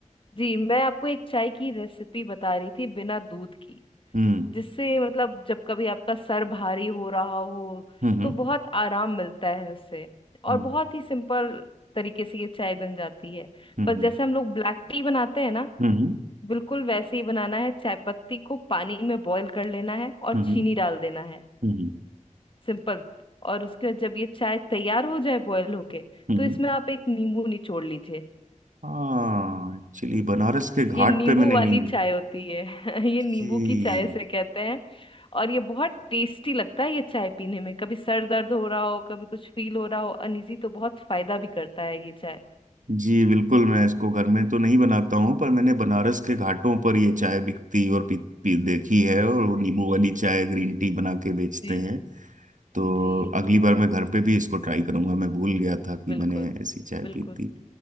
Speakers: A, on the left; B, on the right.
A: जी मैं आपको एक चाय की रेसिपी बता रही थी बिना दूध की
B: हम्म
A: जिससे मतलब जब कभी आपका सर भारी हो रहा हो
B: हम्म
A: तो बहुत आराम मिलता है उससे और
B: हम्म
A: बहुत ही सिंपल तरीके से ये चाय बन जाती है
B: हम्म
A: बस जैसे हम लोग ब्लैक टी बनाते हैं ना
B: हम्म हम्म
A: बिल्कुल वैसे ही बनाना है चाय पत्ती को पानी में बॉईल कर लेना है और
B: हम्म
A: चीनी डाल देना है
B: हम्म
A: सिंपल और उसके बाद जब ये चाय तैयार हो जाए बॉयल होके
B: हम्म
A: तो इसमें आप एक नींबू निचोड़ लीजिए
B: हाँ एक्चुअली बनारस के घाट
A: ये नींबू
B: पे मैंने
A: वाली
B: नींव
A: चाय होती है <laughs> ये नींबू
B: जी
A: की चाय से कहते हैं और ये बहुत टेस्टी लगता है ये चाय पीने में कभी सर दर्द हो रहा हो कभी कुछ फील हो रहा हो अनइजी तो बहुत फायदा भी करता है ये चाय
B: जी बिल्कुल मैं इसको घर में तो नहीं बनाता हूँ पर मैंने बनारस के घाटों पर ये चाय बिकती और पी, पी देखी है और वो नींबू वाली चाय ग्रीन टी बना के बेचते
A: जी
B: हैं तो
A: जी
B: अगली बार मैं घर पे भी इसको ट्राई करूंगा मैं भूल गया था कि
A: बिल्कुल
B: मैंने ऐसी चाय
A: बिल्कुल
B: पी थी